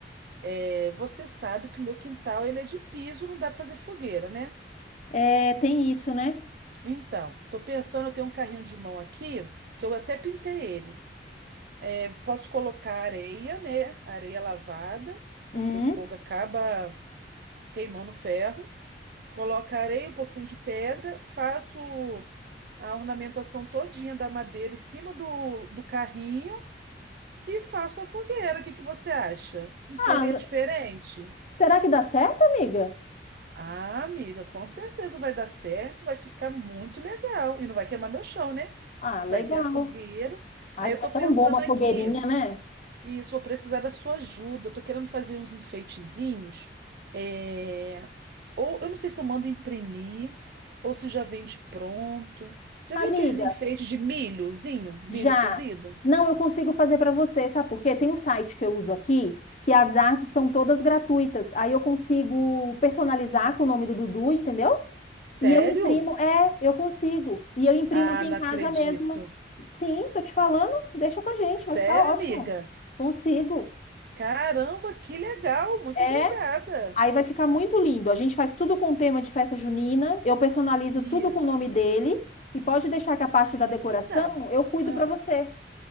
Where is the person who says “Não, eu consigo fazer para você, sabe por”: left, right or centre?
Left